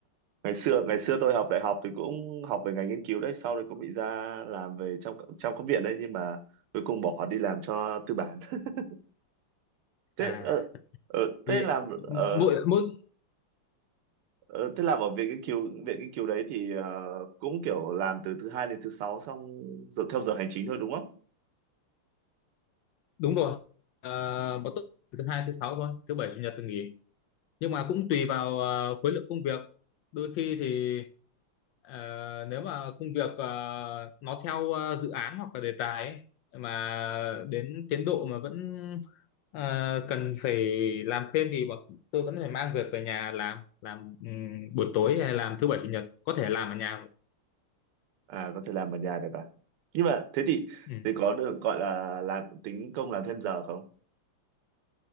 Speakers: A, on the right (about 85°); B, on the left (about 75°).
A: Ngày xưa ngày xưa tôi học đại học thì cũng học về ngành nghiên cứu đấy, sau đấy cũng bị ra làm về trong trong các viện đấy nhưng mà cuối cùng bỏ đi làm cho tư bản. <laughs> Thế
B: À
A: ờ, ờ, thế
B: thì
A: làm ờ,
B: mỗi mỗi
A: ờ, thế làm ở viện nghiên cứu viện nghiên cứu đấy thì ờ, cũng kiểu làm từ thứ hai đến thứ sáu xong giờ theo giờ hành chính thôi đúng không?
B: đúng rồi à, bọn tôi thứ hai thứ sáu thôi thứ bảy chủ nhật thì nghỉ nhưng mà cũng tùy vào à, khối lượng công việc đôi khi thì à, nếu mà công việc à, nó theo à, dự án hoặc là đề tài ấy, mà đến tiến độ mà vẫn à, cần phải làm thêm thì bọn tôi vẫn phải mang việc về nhà làm làm ừm, buổi tối hay làm thứ bảy chủ nhật có thể làm ở nhà
A: à có thể làm ở nhà được à nhưng mà thế thì
B: Ừ.
A: thì có được gọi là làm tính công làm thêm giờ không